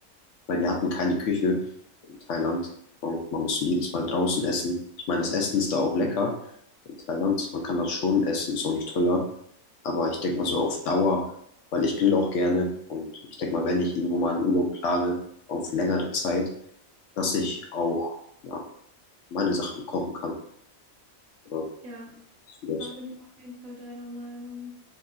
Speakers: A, on the left; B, on the right.
A: weil wir hatten keine Küche in Thailand und man müsste jedes Mal draußen essen. Ich meine, das Essen ist da auch lecker in Thailand, man kann das schon essen, ist auch nicht teuer. Aber ich denke mal so auf Dauer, weil ich grill auch gerne und ich denke mal, wenn ich irgendwo mal einen Urlaub plane, auf längere Zeit, dass ich auch ja, meine Sachen kochen kann. Oder
B: Ja.
A: so das.
B: Da bin ich auf jeden Fall deiner Meinung.